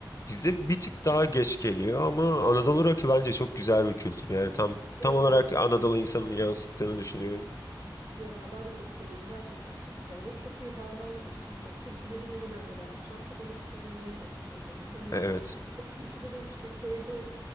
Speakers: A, on the left (about 45°); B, on the right (about 45°).
A: bize bir tık daha geç geliyor ama Anadolu rock'ı bence çok güzel bir kültür. Yani tam
B: Evet
A: tam olarak
B: evet.
A: Anadolu insanını yansıttığını düşünüyorum.
B: Ya ben de çok seviyordum Gerçekten çok güzel ve çok iyi harmanlamıştım. Mesela türküleri yeniden ele almış. Aslında demek istediğim oydu az önce. Hani
A: Evet.
B: O türkülerin işte köyde